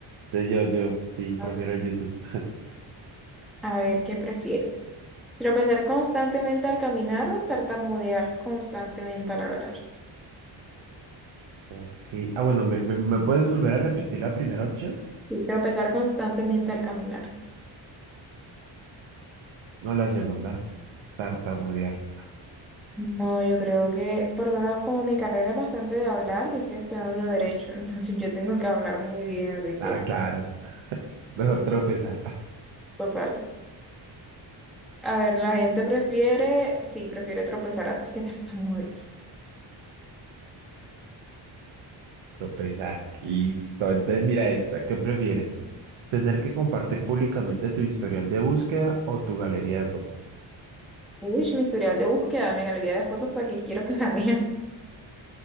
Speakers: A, on the right; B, in the centre.
A: Entonces yo, yo sí, prefiero
B: Ah,
A: el YouTube. <laughs>
B: A ver, ¿qué prefieres? Tropezar constantemente al caminar o tartamudear constantemente al hablar.
A: Ok. Ah, bueno, ¿me, me, me puedes volver a repetir la primera opción?
B: Sí, tropezar constantemente al caminar.
A: No, la segunda. Tartamudear.
B: No, yo creo que, por lo menos como mi carrera es bastante de hablar, yo estoy estudiando de derecho, <laughs> entonces yo tengo que hablar muy bien, así que
A: Ah, claro. Mejor tropezar.
B: total. A ver, la gente prefiere, sí, prefiere tropezar antes que <laughs> tartamudear.
A: <laughs> Tropezar. Listo. Entonces mira esta. ¿Qué prefieres? ¿Tener que compartir públicamente tu historial de búsqueda o tu galería de fotos?
B: Uy, mi historial de búsqueda, mi galería de fotos, para que quiero que la vean.